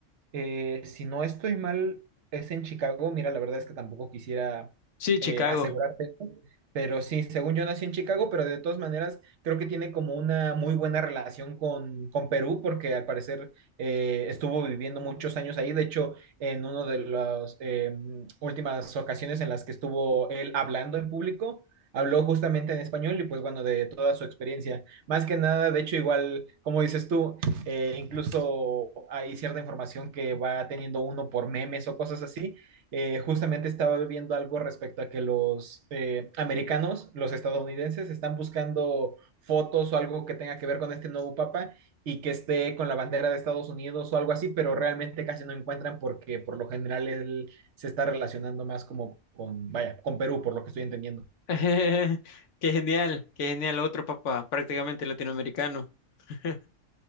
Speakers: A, on the right (about 65°); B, on the left (about 70°).
A: eh, si no estoy mal, es en Chicago. Mira, la verdad es que tampoco quisiera
B: sí, Chicago.
A: eh, asegurarte esto, pero sí, según yo nací en Chicago, pero de todas maneras creo que tiene como una muy buena relación con, con Perú, porque al parecer eh, estuvo viviendo muchos años ahí. De hecho, en una de las eh, últimas ocasiones en las que estuvo él hablando en público. Habló justamente en español y pues bueno, de toda su experiencia. Más que nada, de hecho, igual, como dices tú, eh, incluso hay cierta información que va teniendo uno por memes o cosas así. Eh, justamente estaba viendo algo respecto a que los eh, americanos, los estadounidenses, están buscando fotos o algo que tenga que ver con este nuevo papa y que esté con la bandera de Estados Unidos o algo así, pero realmente casi no encuentran porque por lo general él se está relacionando más como con, vaya, con Perú, por lo que estoy entendiendo.
B: <laughs> Qué genial, qué genial. Otro papá, prácticamente latinoamericano. <laughs>